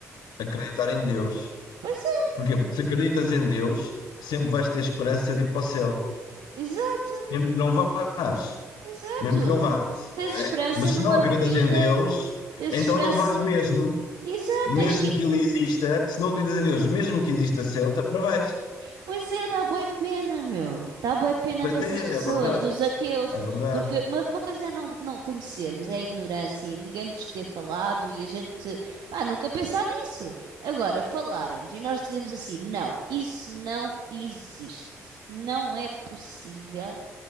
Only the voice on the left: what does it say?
acreditar em Deus.
Porquê? Porque se acreditas em Deus, sempre vais ter esperança de ir para o céu.
Sempre Não vais.
mesmo que não vás,
não
é? Mas
se não acreditas
em Deus,
então
não vais mesmo,
mesmo
que Ele exista, se não acreditas em Deus, mesmo que exista Celta, não vais.
Pois
é,
é verdade,
é verdade.